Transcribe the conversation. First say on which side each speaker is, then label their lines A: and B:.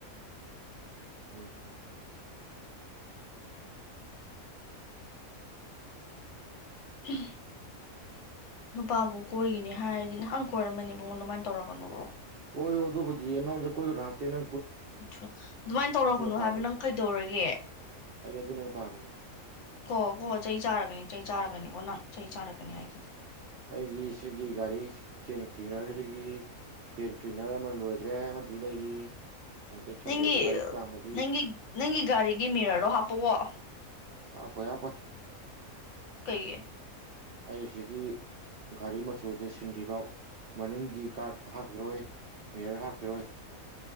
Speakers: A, on the right; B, on the left.
A: ꯎꯝ ꯎꯝ ꯎꯝ
B: ꯎ ꯅꯨꯄꯥꯕꯨ ꯀꯣꯏꯈꯤꯅꯤ ꯍꯥꯏꯔꯗꯤ ꯅꯍꯥꯟ ꯀꯣꯏꯔꯝꯃꯅꯤ ꯃꯕꯨꯡꯉꯣꯟ ꯑꯗꯨꯃꯥꯏꯅ ꯇꯧꯔꯛꯀꯅꯣ
A: ꯑꯣ ꯑꯣꯣꯕꯨ ꯄꯨꯖꯤꯅꯗꯣꯏ ꯍꯥꯟꯇꯅ
B: ꯎ ꯑꯗꯨꯃꯥꯏꯅ ꯇꯧꯔꯛꯄꯅꯨ
A: ꯄꯥꯝꯃꯤꯅꯤ
B: ꯍꯥꯏꯕ ꯅꯪ ꯀꯩꯗꯧꯔꯒꯦ
A: ꯑꯩ ꯑꯗꯨꯅ ꯍꯦꯟꯅ ꯄꯥꯝꯃꯤꯅꯤ
B: ꯀꯣ ꯀꯣ ꯆꯍꯤ ꯆꯥꯔꯒꯅꯤ ꯆꯩ ꯆꯥꯔꯛꯀꯅꯤꯀꯣ ꯅꯪ ꯆꯍꯤ ꯆꯥꯔꯛꯀꯅꯤ ꯍꯥꯏꯈꯤꯅꯦ
A: ꯑꯩꯒꯤ ꯁꯤꯒꯤ ꯒꯥꯔꯤ ꯆꯦꯟ ꯀ꯭ꯂꯤꯅꯔꯗꯒꯤ ꯆꯦꯟ ꯀ꯭ꯂꯤꯅꯔ ꯑꯃ ꯂꯣꯏꯈ꯭ꯔꯦ ꯑꯃꯗꯤ ꯂꯩꯔꯤ ꯍꯟꯇꯛ ꯁꯟꯗꯦꯗ
B: ꯅꯪꯒꯤ
A: ꯒꯥꯔꯤ ꯆꯥꯝꯃꯗꯤ
B: ꯅꯪꯒꯤ ꯅꯪꯒꯤ ꯒꯥꯔꯤꯒꯤ ꯃꯤꯔꯔꯗꯣ ꯍꯥꯞꯄꯛꯑꯣ
A: ꯍꯥꯞꯄꯣꯏ ꯍꯥꯞꯄꯣꯏ
B: ꯀꯩꯦ
A: ꯑꯩꯁꯤꯒꯤ ꯒꯥꯔꯤ ꯃꯆꯨꯁꯦ ꯁꯤꯟꯗ꯭ꯔꯤꯐꯥꯎ ꯃꯅꯤꯡꯒꯤ ꯒꯥꯥꯔꯗ ꯍꯥꯞꯈꯤꯔꯣꯏ ꯃꯤꯦꯔꯔ ꯍꯥꯞꯈꯤꯔꯣꯏ